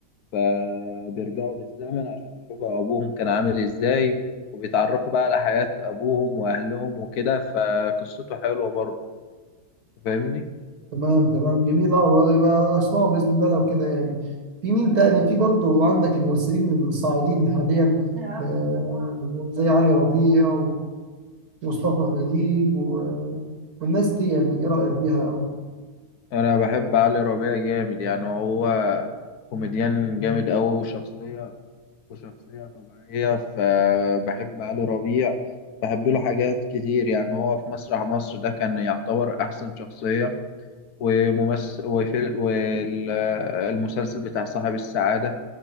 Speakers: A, on the left; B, on the right.
A: فبيرجعوا بالزمن عشان يشوفوا ابوهم كان عامل ازاي وبيتعرفوا بقى على حياة ابوهم واهلهم وكده فقصته حلوة برضه فاهمني
B: تمام تمام جميل اه يبقى اسمعوا باذن الله لو كده يعني في مين تاني في برضو عندك الممثلين الصاعدين حاليا آه زي علي ربيع ومصطفى غريب و- والناس دي يعني ايه رايك فيها؟
A: انا بحب علي ربيع جامد يعني هو كوميديان جامد أوي وشخصية وشخصية طبيعية فبحب علي ربيع بحب له حاجات كتير يعني هو في مسرح مصر ده كان يعتبر أحسن شخصية وممثل وفي والمسلسل بتاع صاحب السعادة